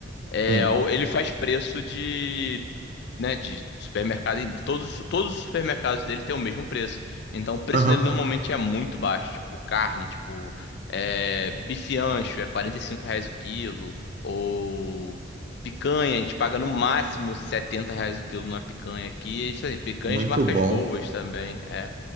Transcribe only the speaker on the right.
sim.
Aham,
muito
bom.